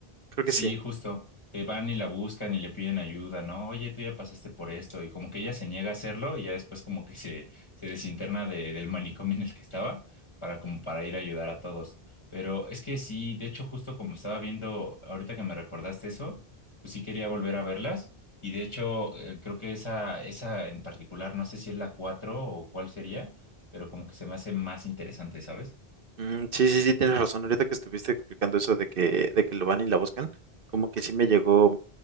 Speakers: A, on the right (about 60°); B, on the left (about 30°).
A: Creo
B: Sí,
A: que sí.
B: justo, que van y la buscan y le piden ayuda, ¿no? Oye, tú ya pasaste por esto y como que ella se niega a hacerlo y ya después como que se, se desinterna de- del manicomio en el que estaba para como para ir a ayudar a todos. Pero es que sí, de hecho justo como estaba viendo ahorita que me recordaste eso, pues sí quería volver a verlas y de hecho eh, creo que esa, esa en particular, no sé si es la 4 o cuál sería, pero como que se me hace más interesante, ¿sabes?
A: Mm, sí, sí, sí, tienes razón. Ahorita que estuviste explicando eso de que, de que lo van y la buscan, como que sí me llegó,